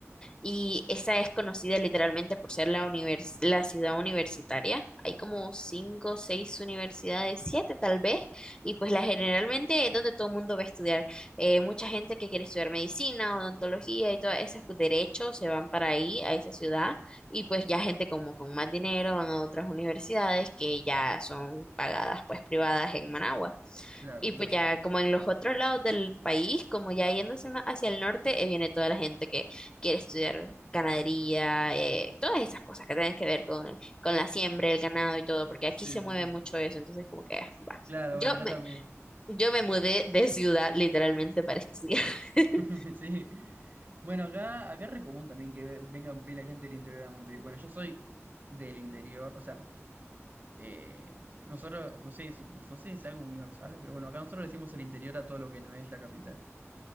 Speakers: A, on the left; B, on the right.
A: y esa es conocida literalmente por ser la, univers- la ciudad universitaria. Hay como cinco o seis universidades, siete tal vez, y pues la generalmente es donde todo el mundo va a estudiar. Eh, mucha gente que quiere estudiar medicina, odontología y todas esas pues, derechos se van para ahí, a esa ciudad, y pues ya gente como con más dinero van a otras universidades que ya son pagadas pues privadas en Managua.
B: Claro,
A: Y
B: claro.
A: pues ya como en los otros lados del país, como ya yéndose más hacia el norte, eh, viene toda la gente que quiere estudiar ganadería, eh, todas esas cosas que tienen que ver con, con la siembra, el ganado y todo, porque
B: Sí,
A: aquí se
B: sí,
A: mueve
B: sí.
A: mucho eso, entonces como que ah, va.
B: Claro,
A: Yo
B: bueno, acá
A: me,
B: también.
A: yo me mudé de ciudad literalmente para estudiar. <laughs>
B: <laughs> Sí. Bueno, acá, acá es re común también que ve- vengan pila de gente del interior de Montevideo. Bueno, yo soy del interior, o sea, eh, nosotros, no sé, si- pues, no sé si es algo universal, pero bueno, acá nosotros le decimos el interior a todo lo que no es la capital.